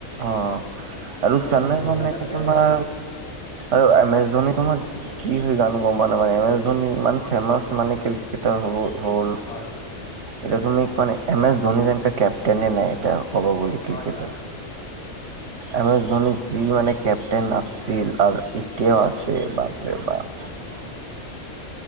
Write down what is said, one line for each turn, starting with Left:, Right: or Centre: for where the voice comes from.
Right: অ আৰু
Centre: এম
Right: চেন্নাই
Centre: এছ ধনী
Right: মানে
Centre: নাথাকিলেও
Right: তোমাৰ আৰু এম এছ ধোনী তোমাৰ কি হৈ গান গম পানাই মানে এম এছ ধোনি ইমান ফেমাচ মানে ক্ৰিকেটাৰ হব হ'ল।
Centre: হয়
Right: এতি তুমি মানে এম এছ ধোনী যেনে কেপটেনেে নাই এটা ক'ব বুলি
Centre: হয়
Right: ক্ৰিকেট।
Centre: হয় <inaudible>
Right: এম এছ ধোনী যি মানে কেপটেইন আছিল আৰু এতিয়াও আছে বাপৰে বাপ।
Centre: অ',